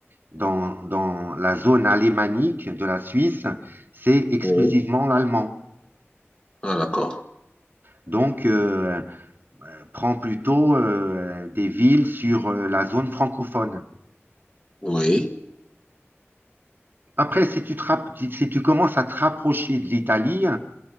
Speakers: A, on the right; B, on the left.
A: dans, dans la zone alémanique de la Suisse, c'est exclusivement
B: Oui.
A: l'allemand.
B: Ah, d'accord.
A: Donc, euh, prends plutôt euh, des villes sur euh, la zone francophone.
B: Oui.
A: Après, si tu, te rap- si si tu commences à te rapprocher de l'Italie,